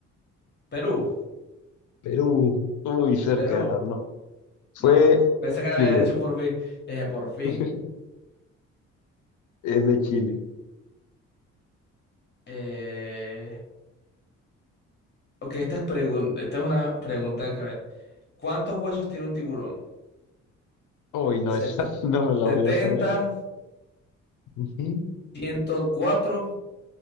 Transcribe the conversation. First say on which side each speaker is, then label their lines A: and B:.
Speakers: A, on the left (about 35°); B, on the left (about 75°).
A: Perú,
B: Perú. Uy, cerca,
A: Perú.
B: no. Fue
A: No, pensé que la había
B: Chile.
A: hecho por fin. Dije, por
B: <laughs>
A: fin.
B: Es de Chile.
A: Eh, ok, esta es, pregun- esta es una pregunta que... a ver, ¿Cuántos huesos tiene un tiburón?
B: Uy, no,
A: Set-
B: esa <laughs> sí no me la
A: setenta,
B: voy a saber. Ujú.
A: ciento cuatro,